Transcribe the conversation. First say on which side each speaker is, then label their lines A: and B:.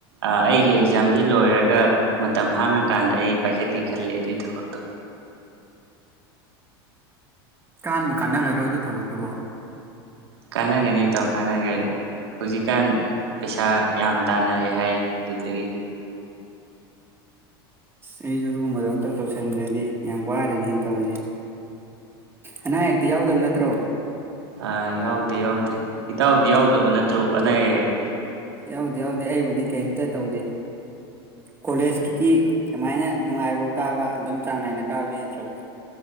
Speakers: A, on the right; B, on the right.
A: ꯑꯩꯒꯤ ꯑꯦꯛꯖꯥꯝꯁꯦ ꯂꯣꯏꯔꯒ ꯃꯇꯝ ꯍꯥꯡꯉꯀꯥꯟꯗ ꯑꯩ ꯄꯥꯏꯈꯠꯀꯦ ꯈꯜꯂꯦ ꯑꯗꯨꯒꯤ ꯊꯕꯛꯇꯣ
B: ꯀꯥꯟꯕꯨ ꯀꯥꯟꯅꯒꯗ꯭ꯔꯣ ꯑꯗꯨ ꯊꯕꯛꯇꯨꯕꯣ
A: ꯀꯥꯟꯅꯒꯅꯤ ꯏ ꯇꯥꯎ ꯀꯥꯟꯅꯒꯅꯤ ꯍꯧꯖꯤꯛꯀꯥꯟ ꯄꯩꯁꯥ ꯌꯥꯝ ꯇꯥꯟꯅꯔꯦ ꯍꯥꯏ ꯑꯗꯨꯗꯒꯤ
B: ꯑꯩꯁꯨ ꯑꯗꯨꯒꯨꯝꯕꯗꯣ ꯑꯝꯇꯪ ꯇꯧꯁꯟꯗ꯭ꯔꯗꯤ ꯌꯥꯝ ꯋꯥꯔꯅꯤꯅ ꯇꯧꯔꯤꯁꯦ ꯑꯅꯥ ꯑꯌꯦꯛꯇꯤ ꯌꯥꯎꯗꯕ ꯅꯠꯇ꯭ꯔꯣ
A: ꯑ ꯌꯥꯎ ꯌꯥꯎꯗꯦ ꯏꯇꯥꯎꯗꯤ ꯌꯥꯎꯗꯕ ꯅꯠꯇ꯭ꯔꯣ ꯑꯅꯥ ꯑꯌꯦꯛ
B: ꯌꯥꯗꯤ ꯍꯧꯗꯗꯤ ꯑꯩꯕꯨꯗꯤ ꯀꯔꯤꯝꯇ ꯇꯧꯗꯦ ꯀꯣꯂꯦꯖꯀꯤꯗꯤ ꯀꯃꯥꯏꯅ ꯅꯨꯡꯉꯥꯏꯕ꯭ꯔꯣ ꯀꯥꯕ ꯑꯗꯨꯝ ꯆꯥꯡ ꯅꯥꯏꯅ ꯀꯥꯕꯗꯤ ꯅꯠꯇ꯭ꯔꯣ